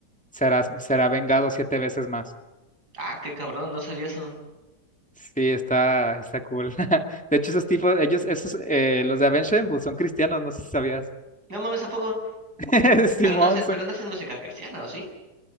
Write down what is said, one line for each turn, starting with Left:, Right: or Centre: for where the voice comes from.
Centre: será, será vengado siete veces más.
Right: Ah, qué cabrón, no sabía eso.
Centre: Sí, está, está cool. <laughs> De hecho, esos tipos, ellos, esos, eh, los de Avenged Sevenfold son cristianos, no sé si sabías.
Right: No mames, ¿a poco?
Centre: <laughs> Simón,
Right: Pero no hacen,
Centre: son-
Right: pero no hacen música cristiana, ¿o sí?